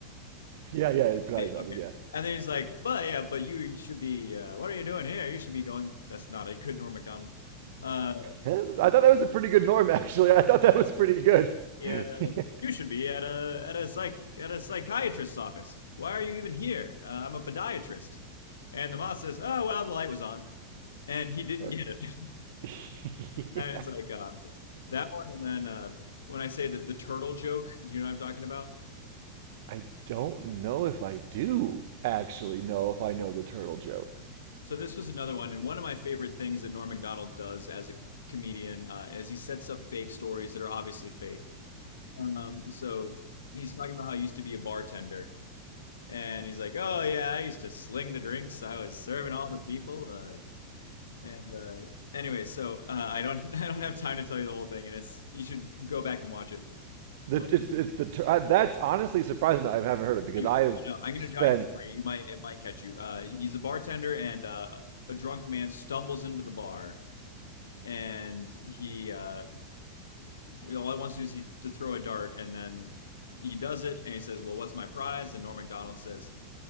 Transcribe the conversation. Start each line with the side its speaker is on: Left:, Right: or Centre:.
Right: yeah, yeah. It's Pride
Left: Hey,
Right: Drivers.
Left: okay.
Right: Yeah,
Left: And then he's like, but yeah, but you should be. Uh, what are you doing here? You should be going. That's not a good Norm Macdonald. Uh,
Right: That was- I thought that was a pretty good Norm actually. I thought that was pretty good.
Left: be
Right: <laughs>
Left: at a
Right: Yeah.
Left: you should be at a at a psych at a psychiatrist's office. Why are you even here? Uh, I'm a podiatrist." And the moth says, "Oh well, the light was on," and he didn't
Right: Perfect.
Left: get it. <laughs>
Right: <laughs> Yeah.
Left: And it's like oh, i that one. And then uh, when I say that the turtle joke, do you know what I'm talking about?
Right: I don't know if I do actually know if I know the turtle joke.
Left: So this was another one, and one of my favorite things that Norm Macdonald does as a comedian uh, is he sets up fake stories that are obviously fake. Um, so he's talking about how he used to be a bartender, And he's like, "Oh yeah, I used to sling the drinks. I was serving all the people." Uh, and uh, anyway, so uh, I don't <laughs> I don't have time to tell you the whole thing, and it's you should go back and watch it.
Right: The
Left: But
Right: it's it's the tur- uh, that's honestly surprising that I haven't heard it because
Left: anyway,
Right: I have
Left: no, no, I'm gonna
Right: spent
Left: jog your memory. You might it might catch you. Uh, he's a bartender, and uh, a drunk man stumbles into the bar, and he uh, all he wants to do is he to throw a dart, and then he does it, and he says, "Well, what's my prize?" And Norm Macdonald says,